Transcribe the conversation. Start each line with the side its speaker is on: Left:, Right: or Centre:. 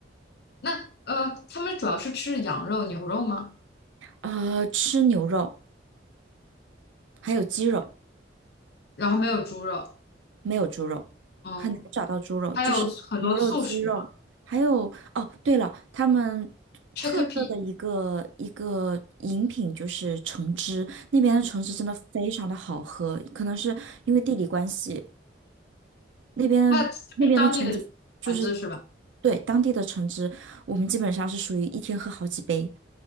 Left: 那呃，他们主要是吃羊肉、牛肉吗？
Right: 呃，吃牛肉还有鸡肉。
Left: 然后没有猪肉，
Right: 没有猪肉，
Left: 嗯，
Right: 很难找到猪肉，
Left: 还有很多素食嘛
Right: 就是牛肉、鸡肉，还有哦，对了，他们
Left: ，chickpea，
Right: 特色的一个一个饮品就是橙汁，那边的橙汁真的非常的好喝，可能是因为地理关系，那边那边的橙子就是
Left: 那是当地的盘子是吧？
Right: 对当地的橙汁，我们基本上是属于一天喝好几杯，